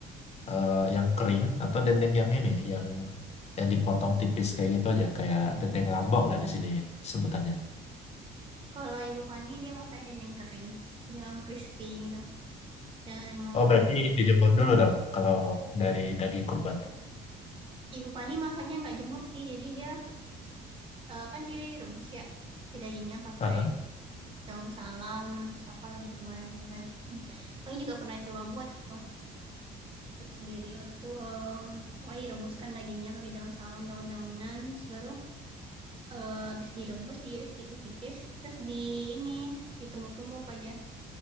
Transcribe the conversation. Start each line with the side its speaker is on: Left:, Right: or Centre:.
Left: eh, yang kering atau dendeng yang ini yang yang dipotong tipis kayak gitu aja kayak dendeng lambok lah di sini sebutannya.
Right: kalau Ibu Fani dia masak dendeng kering jadi emang crispy gitu jangan emang
Left: Oh
Right: Fani-
Left: berarti dijemur dulu dong kalau dari daging kurban.
Right: Ibu Fani masaknya nggak jemur sih jadi dia eh, kan direbus ya si dagingnya pakai
Left: Aha.
Right: daun salam terus apa lagi kemarin dia pakai paling juga pernah coba buat gitu. buat sendiri itu em, pokoknya direbuskan dagingnya pakai daun salam daun-daunan terus baru eh, habis direbus diiris tipis-tipis terus di ini ditumbuk-tumbuk aja